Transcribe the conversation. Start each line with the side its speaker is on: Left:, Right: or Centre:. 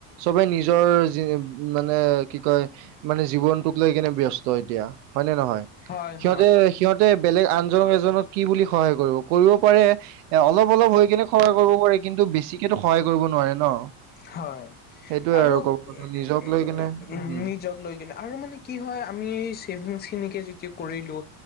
Right: চবে নিজৰ মানে কি কয়। মানে জীৱনটোক লৈ কেনে ব্যস্ত এতিয়া হয় নে নহয়?
Left: হয়
Right: সিহঁতে-
Left: হয়
Right: সিহঁতে বেলেগ আনজনক এজনক কি বুলি সহায় কৰিব কৰিব পাৰে। এ' অলপ অলপ হৈ কেনে সহায় কৰিব পাৰে কিন্তু বেছিকেতো সহায় কৰিব নোৱাৰে ন।
Left: হয়,
Right: সেইটোয়ে
Left: আৰু
Right: ক'ব
Left: নিজক
Right: গ'লে নিজক লৈ কিনে উম
Left: লৈ কিনে। আৰু মানে কি হয় আমি এই চেভিংছখিনিকে যে কৰিলোঁ